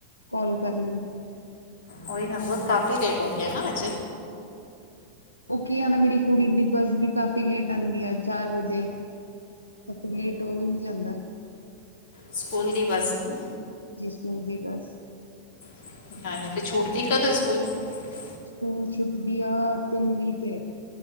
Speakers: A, on the left; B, on the left.
A: ਕਾਲ ਕਰ ਲਈ
B: ਉਹੀ ਨਾ ਬਹੁਤ ਕਾਫੀ ਲੇਟ ਹੋ ਗਿਆ ਨਾ ਅੱਜ
A: ਉਹ ਕੀ ਆ ਨਾ ਮੇਰੀ ਕੁੜੀ ਦੀ ਬੱਸ ਵੀ ਕਾਫੀ ਲੇਟ ਆਉਂਦੀ ਆ ਚਾਰ ਵਜੇ ਤਾਂ ਫਿਰ ਲੇਟ ਹੋ ਹੀ ਜਾਂਦਾ
B: ਸਕੂਲ ਦੀ ਬੱਸ ਨੂੰ
A: ਜੀ ਬਸ
B: <inaudible>
A: ਸਕੂਲ ਛੁੱਟਦੀਆ ਤਨ ਵੀੀਤੇ